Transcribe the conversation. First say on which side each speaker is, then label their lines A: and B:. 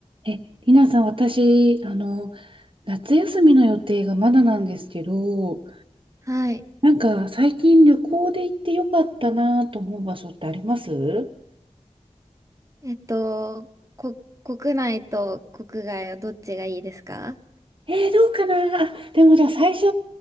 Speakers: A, on the right (about 45°); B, on the right (about 25°).
A: え、りなさん、私、あの、夏休みの予定がまだなんですけど、
B: はい。
A: なんか最近旅行で行ってよかったなと思う場所ってあります
B: えっと、こ、国内と国外はどっちがいいですか
A: えー、どうかなあ、でもじゃあ最初、